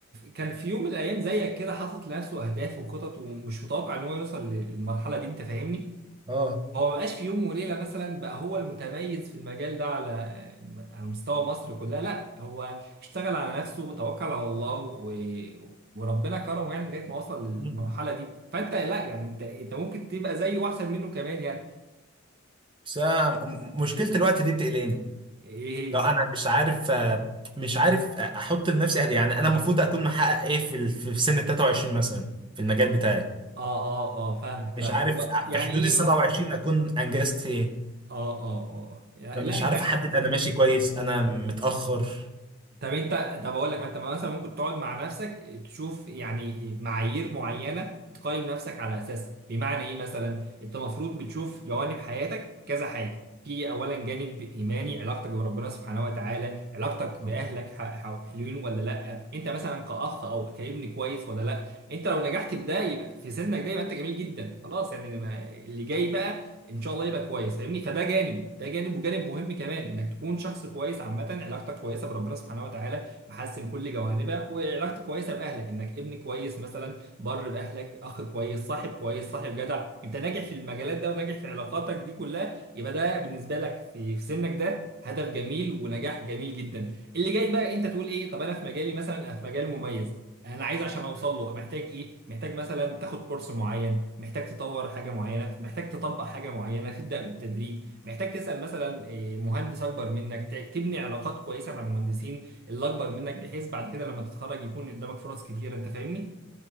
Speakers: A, on the right; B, on the right.
A: كان في يوم من الايام زيك كده حاطط لنفسه اهداف وخطط ومش متوقع ان هو يوصل للمرحله دي انت فاهمني
B: اه
A: هو ما بقاش في يوم وليله مثلا بقى هو المتميز في المجال ده على على مستوى مصر كلها لا هو اشتغل على نفسه وتوكل على الله و... وربنا كرمه يعني لغايه ما وصل للمرحله
B: مم.
A: دي فانت لا يعني انت انت ممكن تبقى زيه واحسن منه كمان يعني
B: بس أنا م- مشكلة الوقت دي بتقلقني
A: ايه
B: لا انا مش عارف آه، مش عارف آه، احط لنفسي أهداف. يعني انا المفروض اكون محقق ايه في ال- في سن ال 23 مثلا في المجال
A: اه
B: بتاعي
A: اه اه آه، فاهمك فاهمك
B: مش عارف
A: هو يعني
B: في حدود
A: ايه
B: ال 27
A: بقى؟ اه
B: اكون انجزت ايه
A: اه اه يعني
B: فمش
A: لا انت
B: عارف احدد انا ماشي كويس انا متاخر
A: طب انت طب اقول لك ما انت مثلا ممكن تقعد مع نفسك تشوف يعني معايير معينه تقيم نفسك على اساسها بمعنى ايه مثلا انت المفروض بتشوف جوانب حياتك كذا حاجه في اولا جانب ايماني علاقتك بربنا سبحانه وتعالى علاقتك باهلك
B: الله.
A: ح- ح- حلوين ولا لا انت مثلا كاخ او كابن كويس ولا لا انت لو نجحت في ده يبقى في سنك ده يبقى انت جميل جدا خلاص يعني ما- اللي جاي بقى ان شاء الله يبقى كويس فاهمني فده جانب ده جانب وجانب مهم كمان انك تكون شخص كويس عامه علاقتك كويسه بربنا سبحانه وتعالى محسن كل جوانبها وعلاقتك كويسه باهلك انك ابن كويس مثلا بر باهلك اخ كويس صاحب كويس صاحب جدع انت ناجح في المجالات ده وناجح في علاقاتك دي كلها يبقى ده بالنسبه لك في في سنك ده هدف جميل ونجاح جميل جدا اللي جاي بقى انت تقول ايه طب انا في مجالي مثلا انا في مجال مميز انا عايز عشان اوصل له محتاج ايه محتاج مثلا تاخد كورس معين محتاج تطور حاجة معينة محتاج تطبق حاجة معينة تبدأ بالتدريج محتاج تسأل مثلا إيه، مهندس أكبر منك ت- تبني علاقات كويسة مع المهندسين اللي أكبر منك بحيث بعد كده لما تتخرج يكون قدامك فرص كتيرة أنت فاهمني؟